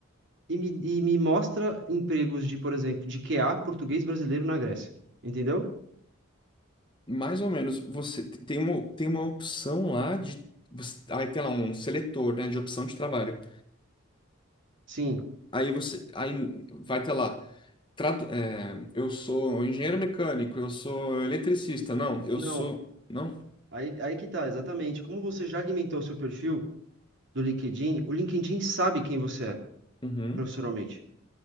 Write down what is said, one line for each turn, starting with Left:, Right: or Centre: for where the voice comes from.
Right: e me, e me mostra empregos de, por exemplo, de Q a português brasileiro na Grécia. Entendeu?
Left: Mais ou menos, você tem uma, tem uma opção lá de. você- aí tem lá um seletor, né, de opção de trabalho.
Right: Sim.
Left: Aí você. Aí vai ter lá. tradu- é, eu sou engenheiro mecânico, eu sou eletricista. Não, eu
Right: Não,
Left: sou. Não?
Right: Aí, aí que tá, exatamente. Como você já alimentou o seu perfil do LinkedIn, o LinkedIn sabe quem você é
Left: Uhum.
Right: profissionalmente,